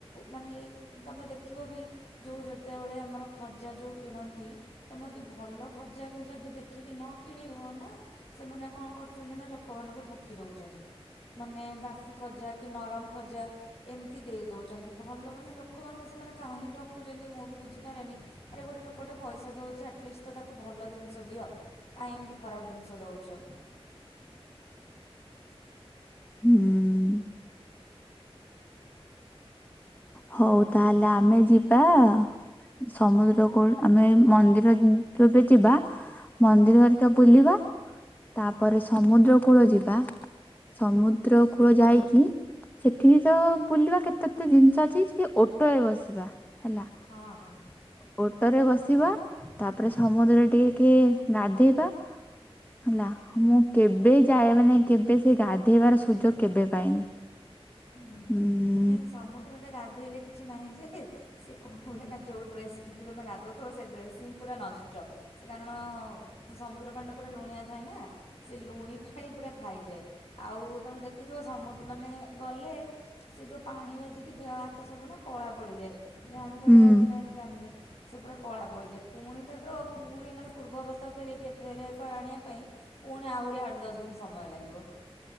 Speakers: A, on the left; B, on the left.
A: ମାନେ ଏଇ ତମେ ଦେଖିବ ବି ଯୋଉ ଯେତେବେଳେ ଆମର ଖଜା ଯୋଉ କିଣନ୍ତି ତମେ ଯଦି ଭଲ ଖଜା ବି ଯଦି ଦେଖିକି ନ କିଣିବ ନା। ସେମାନେ କଣ କହୁଛନ୍ତି ନା ଲୋକ ମାନଙ୍କୁ ଠକି ଦେଉଛନ୍ତି ମାନେ ବାସି ଖଜା କି ନରମ ଖଜା ଏମତି ଦେଇ ଦଉଛନ୍ତି ଭଲ ମାନେ ଲୋକମାନଙ୍କୁ ସେମାନେ କାହିଁକି ଠକୁଛନ୍ତି ମୁଁ ବି ବୁଝିପାରେନି ଆରେ ଗୋଟେ ଲୋକଟେ ପଇସା ଦେଉଛି ଆଟଲିଷ୍ଟ ତ ତାକୁ ଭଲ ଜିନିଷ ଦି କାହିଁ ଏମିତି ଖରାପ ଜିନି ସ ଦଉଛ
B: ହୁଁ ହଉ ତାହେଲେ ଆମେ ଯିବା ସମୁଦ୍ର କୋଳ ଆମେ ମନ୍ଦିର ଯଦି ଯିବା ମନ୍ଦିର ଘରିକା ବୁଲିବା ତାପରେ ସମୁଦ୍ର କୂଳ ଯିବା ସମୁଦ୍ର କୂଳ ଯାଇକି ସେଠି ତ ବୁଲିବା କେତେ କେତେ ଜିନିଷ ଅଛି ଟିକେ ଅଟୋରେ ବସିବା ହେଲା
A: ହଁ ହଁ
B: ଓଟୋରେ ବସିବା ତାପରେ ସମୁଦ୍ର ଟିକେ ଟିକେ ଗାଧେଇବା ହେଲା ମୁଁ କେବେ ଯାଏ ମାନେ କେବେ ସେ ଗାଧେଇବାର ସୁଯୋଗ କେବେ ପାଇନି
A: ହୁଁ
B: ହୁଁ
A: ନାଇଁ ସମୁଦ୍ରରେ ଗାଧୋଇଲେ କିଛି ନାହିଁ ଯେ ସେ କଣ କୁ ଯାଇକିନା ଯୋଉ ଡ୍ରେସ ପିନ୍ଧି ତମେ ଗାଧଉଥିବ ସେ ଡ୍ରେସ ହିଁ ପୁରା ନଷ୍ଟ ସେ କାରଣ ସମୁଦ୍ର ପାଣି ଟା ପୁରା ଲୁଣିଆ ଥାଏ ନା ସେ ଲୁଣି ପାଣି ପୁରା ଖାଇଯାଏ ଆଉ ତମେ ଦେଖିଥିବ ସମୁଦ୍ର ମାନେ ଗଲେ ସେ ଯୋଉ ପାଣି ବାଜିକି ଦେ ହାତ ସବୁ ନା କଳା ପଡିଯାଏ ଜାଣିଥବ
B: ଉଁ
A: କି ନାଇଁ ମୁଁ ଜାଣିନି ସେ ପୁରା କଳା ପଡ଼ିଯାଏ ପୁଣି ତାଙ୍କର ପୁଣି ମାନେ ପୂର୍ବ ଅବସ୍ଥାକୁ ଫେରଇକି ଫେରାଇବାକୁ ଆଣିବା ପାଇଁ ପୁଣି ଆହୁରି ଆଠ ଦଶ ଦିନ ସମୟ ଲାଗିବ